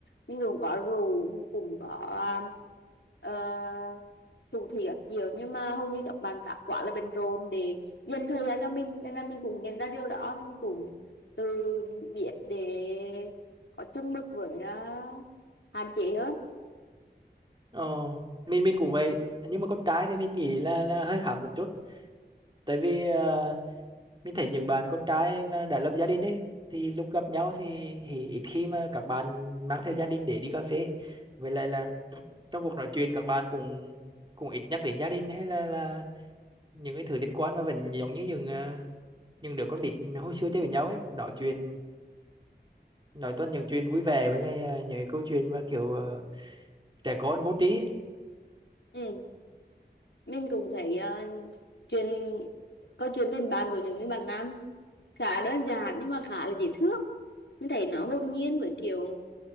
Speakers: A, on the left (about 85°); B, on the right (about 25°).
A: mình cũng có rượu cũng có uh, thủ thị các kiểu nhưng mà hầu như các bạn cả quá là bận rộn để dành thời gian cho mình nên là mình cũng nhận ra điều đó nên mình cũng tự biết để có chung mực với uh, hạn chế hơn
B: ờ, mình mình cũng vậy nhưng mà con trai thì mình nghĩ là là hơi khác một chút tại vì à, mình thấy những bạn con trai mà đã lập gia đình ấy thì lúc gặp nhau thì, thì ít khi mà các bạn mang theo gia đình để đi cà phê vậy là là trong cuộc nói chuyện các bạn cũng cũng ít nhắc đến gia đình hay là là những cái thứ liên quan mà vẫn giống như những ờ, những đứa con nít hồi xưa chơi với nhau ấy nói chuyện nói toàn những chuyện vui vẻ với lại ờ, những cái câu chuyện mà kiểu ờ, trẻ con vô trí ấy.
A: ừ mình cũng thấy ờ, chuyện câu chuyện tình bạn của những cái bạn nam khá đơn giản nhưng mà khá là dễ thương mình thấy nó hồn nhiên với kiểu